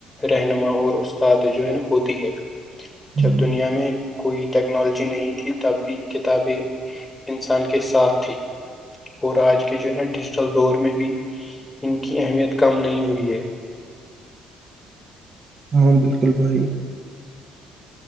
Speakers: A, on the left; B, on the right.
A: رہنما اور استاد جو ہے نا ہوتی ہے
B: ہوں،
A: جب دنیا میں کوئی ٹیکنالوجی نہیں تھی تب بھی کتابیں انسان کے ساتھ تھی اور آج کے جو ہے نا ڈیجیٹل دور میں بھی ان کی اہمیت کم نہیں ہوئی ہے
B: ہاں بالکل بھائی